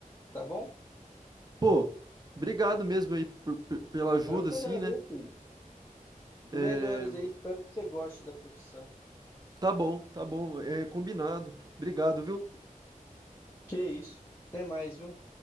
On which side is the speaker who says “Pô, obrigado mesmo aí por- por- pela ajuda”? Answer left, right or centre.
Right